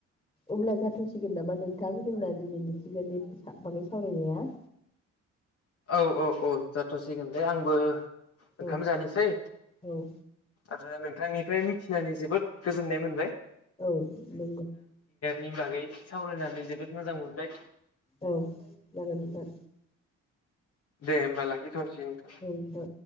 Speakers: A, on the left (about 20°); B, on the left (about 50°).
A: अब्ला जाथ'सिगोन नामा नोंथां जोंना दिनै मिथिंगानि बागै सावरायनाया
B: औ औ औ ज थ'सिगोन दे आंबो ओंखाम
A: औ
B: जानोसै।
A: औ
B: आदसा नोंथां निफ्राय मिथिनानै जोबोद गोजोन्नाय मोनबाय।
A: औ नोंगौ।
B: नि बागै सावरायनानै जोबोद मोजां मोनबाय।
A: औ जागोन नोंथां।
B: दे होमबा लाखि
A: औ
B: <unintelligible>
A: नोंथां